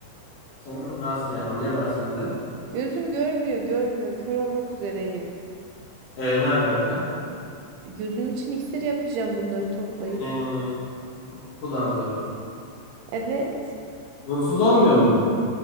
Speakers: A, on the left (about 55°); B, on the right (about 85°).
A: Senin nasıl yani? Ne var sende?
B: Gözüm görmüyor, görmüyor. Kör olmak üzereyim.
A: E, ne alaka?
B: Gözüm için iksir yapacağım bunları toplayıp.
A: E, bu mu kullanılıyormuş?
B: Evet.
A: Bunsuz olmuyor mu?